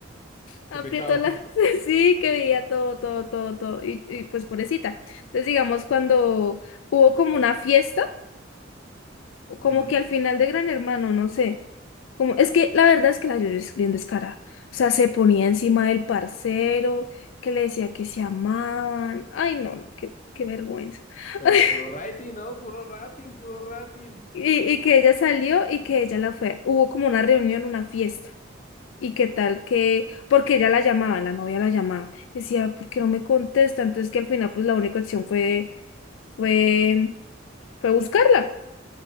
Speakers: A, on the left; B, on the left.
A: aprieto
B: Qué pecado.
A: la.
B: <laughs>
A: <laughs> Sí, que veía todo, todo, todo, todo. Y, y pues pobrecita. Entonces, digamos, cuando hubo como una fiesta. o Como
B: Ujú.
A: que al final de Gran Hermano, no sé. Como, es que la verdad es que la Yoyo es bien descarada. O sea, se ponía encima del parcero, que le decía que se amaban. Ay, no, no, qué, qué vergüenza.
B: Pero
A: <laughs>
B: puro rating, ¿no? Puro rating, puro rating.
A: Y, y que ella salió y que ella la fue. Hubo como una reunión, una fiesta. Y qué tal que, porque ella la llamaba, la novia la llamaba. Decía, ¿por qué no me contesta? Entonces que al final, pues la única opción fue, fue, fue buscarla.